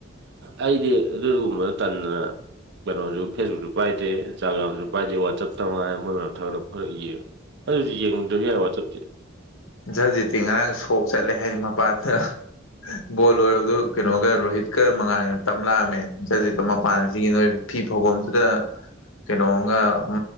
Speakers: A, on the right (about 60°); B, on the left (about 80°).
A: ꯑꯩꯗꯤ ꯑꯗꯨꯒꯨꯝꯕꯗ ꯇꯟꯗꯅ ꯀꯩꯅꯣꯁꯨ ꯐꯦꯁꯕꯨꯛꯁꯨ ꯄꯥꯏꯗꯦ ꯏꯟꯁꯇꯥꯒ꯭ꯔꯥꯝꯁꯨ ꯄꯥꯏꯗꯦ ꯋꯥꯆꯞꯇ ꯃꯉꯥꯏ ꯃꯣꯏ ꯃꯌꯥꯝ ꯊꯥꯒꯠ ꯐꯂ ꯌꯦꯡꯕ ꯑꯗꯨꯗꯤ ꯌꯦꯡꯗꯣꯏ ꯌꯥꯏ ꯋꯥꯆꯞꯇꯨꯗꯤ
B: ꯖꯖꯤꯇꯤ ꯉꯔꯥꯡ ꯁꯣꯛ ꯆꯠꯂꯦ ꯍꯥꯏꯗꯤ ꯃꯄꯥꯗ ꯕꯣꯜ ꯑꯣꯏꯔꯔꯕꯗꯨ ꯀꯩꯅꯣꯒ ꯔꯣꯍꯤꯠꯀ ꯃꯉꯥꯟ ꯇꯝꯂꯛꯑꯝꯃꯦ ꯖꯤꯗ ꯃꯄꯥꯟꯁꯤꯒꯤ
A: ꯎꯝ
B: ꯅꯣꯏ ꯐꯤ ꯐꯧꯐꯝꯁꯤꯗ ꯀꯩꯅꯣꯝꯒ ꯎ